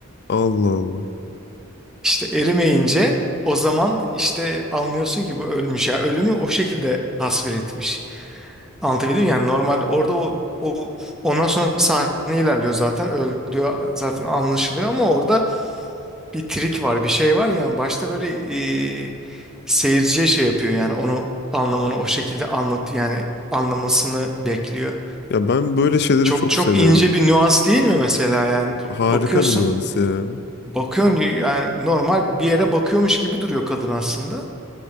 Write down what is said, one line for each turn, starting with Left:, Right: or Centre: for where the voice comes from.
Left: Allah Allah.
Centre: İşte erimeyince o zaman işte anlıyorsun ki bu ölmüş ya. Ölümü o şekilde tasvir etmiş. Anlatabildim mi? yani normalde orada o, o ondan sonra sahne ilerliyor zaten öldüğü zaten anlaşılıyor ama orada bir trik var bir şey var yani başta böyle e, seyirciye şey yapıyor yani onu anlamını o şekilde anlat yani anlamasını bekliyor.
Left: Ya ben böyle şeyleri
Centre: Çok
Left: çok
Centre: çok
Left: seviyorum.
Centre: ince bir nüans değil mi mesela yani
Left: Harika
Centre: bakıyorsun
Left: bir nüans ya.
Centre: bakıyorsun yani normal bir yere bakıyormuş gibi duruyor kadın aslında.